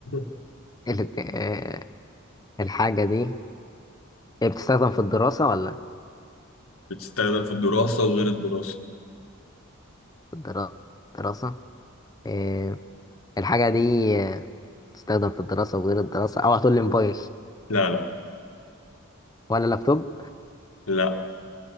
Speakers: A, on the left; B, on the left.
A: <laughs>
B: ال- آه، الحاجة دي بتستخدم في الدراسة ولا
A: بتستخدم في الدراسة وغير الدراسة
B: في الدرا- الدراسة آه، الحاجة دي آه، بتستخدم في الدراسة وغير الدراسة أو هتقول لي موبايل
A: لا لا
B: ولا لابتوب
A: لا